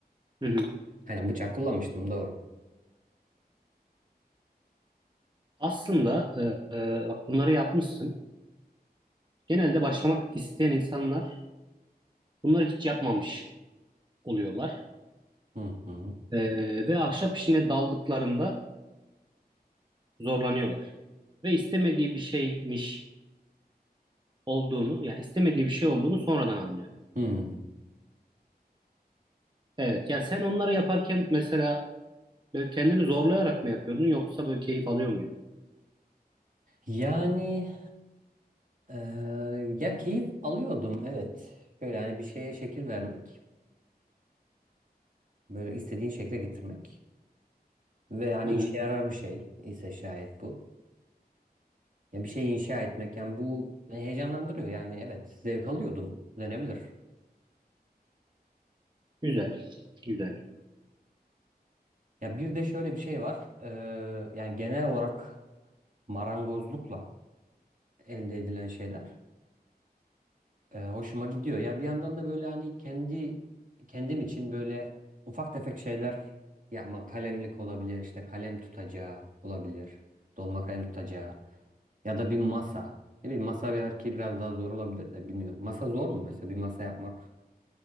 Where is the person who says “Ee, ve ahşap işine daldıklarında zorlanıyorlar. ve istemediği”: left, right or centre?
Right